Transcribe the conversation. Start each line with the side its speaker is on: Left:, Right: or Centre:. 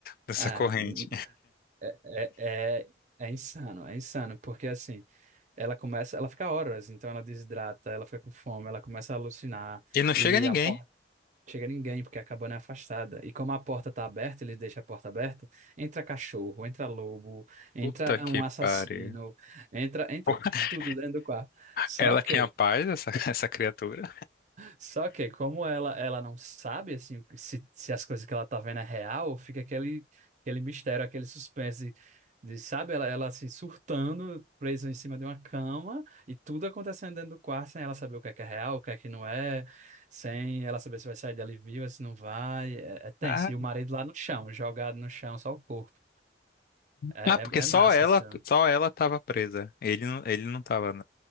Left: dessa
Right: Ah,
Left: corrente.
Right: n- é, é, é é insano, é insano, porque assim, Ela começa, ela fica horas, então ela desidrata, ela fica com fome, ela começa a alucinar
Left: E não chega
Right: e
Left: ninguém.
Right: a porta não chega ninguém porque a cabana é afastada. E como a porta tá aberta, ele deixa a porta aberta, entra cachorro, entra lobo, entra
Left: Puta que
Right: um assassino,
Left: pariu.
Right: entra entra
Left: <laughs>
Right: tudo dentro do quarto. Só
Left: Ela
Right: que
Left: tinha paz, essa, essa criatura.
Right: só que como ela ela não sabe assim se, se as coisas que ela tá vendo é real, fica aquele aquele mistério, aquele suspense de, de, sabe, ela ela se surtando, presa em cima de uma cama e tudo acontecendo dentro do quarto sem ela saber o que é que é real, o que é que não é, sem ela saber se vai sair dali viva, se não vai, é, é tenso.
Left: Ah,
Right: E o marido lá no chão, jogado no chão, só o corpo. É,
Left: Ah, porque
Right: é, é
Left: só
Right: massa
Left: ela,
Right: esse filme.
Left: só ela tava presa. Ele não, ele não tava n-